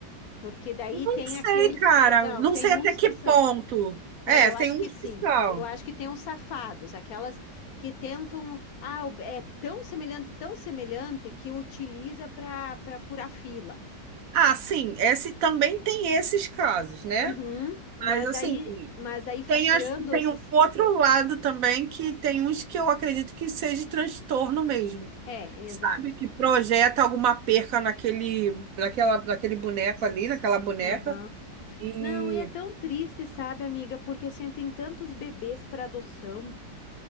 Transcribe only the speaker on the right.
Não
sei,
cara.
Não
sei até
que
ponto.
É,
tem
um
que
são.
Ah, sim, esse também tem esses casos, né?
Mas assim,
tem,
as, tem
um outro lado também que tem uns que eu acredito que seja transtorno mesmo,
sabe?
Que projeta alguma perca naquele, naquela, naquele boneco ali, naquela boneca.
E